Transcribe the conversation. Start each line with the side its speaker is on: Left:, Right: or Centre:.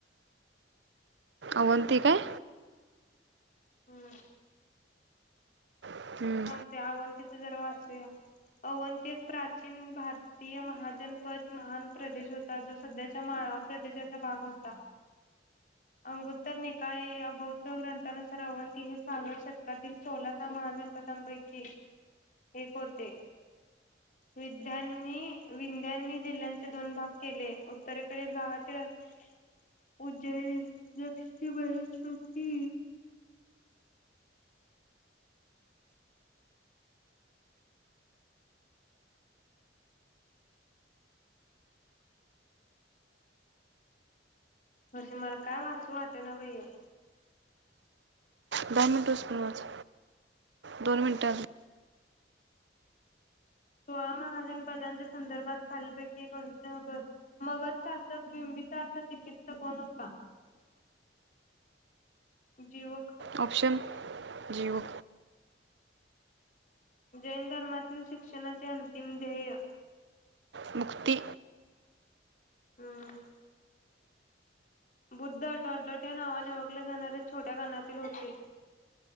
Right: अवनंती काय?
Left: हम्म
Right: हम्म,
Left: हमते अवनंती त जरा वाचूया अवंती एक प्राचीन भारतीय महाजनपद महान प्रदेश होता जो सध्याच्या माळा प्रदेशाचा भाग होता अंगोत्तर निकाय या बौद्ध ग्रंथानुसार अवंती हे सारव्या शतकातील सोलाचा महाजन पतांपैकी एक होते विध्यांनी विंध्यांनी जिल्ह्यांचे दोन भाग केले उत्तरेकडील भावाचे राज उज्जै बशती असे मला काय वाचू वाट ना भैया
Right: दहा मिंट पच दोन मिनट
Left: सोळा महाजन पदांच्या संदर्भात खालीलपैकी कोणतबर मगच शासक बिंबिसार्थ चिकित्स कोण होता जीवक
Right: ऑप्शन जिव
Left: जैन धर्मातील शिक्षणाचे अंतिम ध्येय
Right: <inaudible> मुक्ती
Left: हम्म बुद्ध डॉट डॉट या नावाने ओळखल्या जाणाऱ्या छोट्या गानातील होते